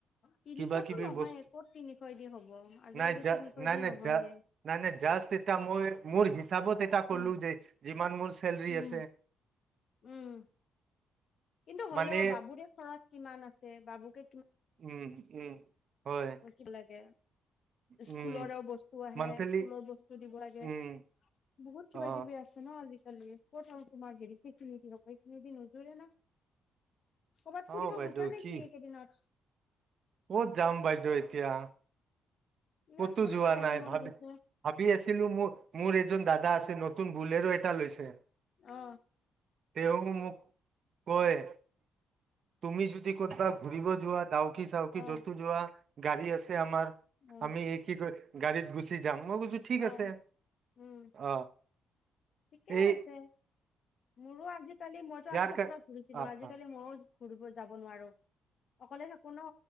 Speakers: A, on the left; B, on the right.
A: তিনিশতো
B: কিবা কিবি
A: নহয়
B: বস্তু
A: ক'ত তিনিশ দি হ'ব আজিকালি
B: নাই যা
A: তিনিশ
B: নাই
A: দি
B: নাই
A: নহয়হে
B: যা নাই নাই জাষ্ট এটা মই মোৰ হিচাপত এটা কলো
A: উ
B: যে যিমান মোৰ চেলৰি
A: উম
B: আছে
A: উম কিন্তু হলেও
B: মানে
A: বাবুৰে খৰচ কিমান আছে বাবুকে
B: উম উম হয়
A: হব লাগে স্কুলৰ
B: উম
A: আৰুও বস্তু আহে
B: মান্থলি
A: স্কুলৰ বস্তু দিব লাগে
B: উম
A: বহুত কিবা
B: অ
A: কিবি আছে ন আজিকালি ক'ত আৰু তোমাক হেৰি দি দি হ'ব এইতিনিদি নোজুৰে ন ক'ৰবাত ফুৰিব
B: অ বাইদেউ
A: গৈছা নেকি
B: কি
A: এইকেইদিনত
B: ক'ত যাম বাইদেউ এতিয়া
A: ইমান
B: কতো
A: ফুৰিব
B: যোৱা
A: যাব
B: নাই
A: মন
B: ভাবি
A: গৈছে
B: ভাবি আছিলো মোৰ মোৰ এজন দাদা আছে নতুন বুলৰো এটা লৈছে
A: অ
B: তেওঁ মোক কয় তুমি যদি ক'বা ঘুৰিব যোৱা ডাউকি চাউকি
A: অ
B: যতো যোৱা গাড়ী আছে তে আমাৰ
A: অ
B: আমি একে গ গা়ডীত গুচি জাম কছো ঠিক
A: অ
B: আছে
A: উম
B: অ
A: ঠিকে
B: এই
A: আছে মোৰো আজি আজি কালি মইতো
B: ইয়াৰ
A: আগতে
B: কাৰ
A: পুৰা ঘূৰিছিলো
B: অ
A: আজিকালি
B: অ
A: মই ঘুৰিব যাব নোৱাৰো অকলে থাকো ন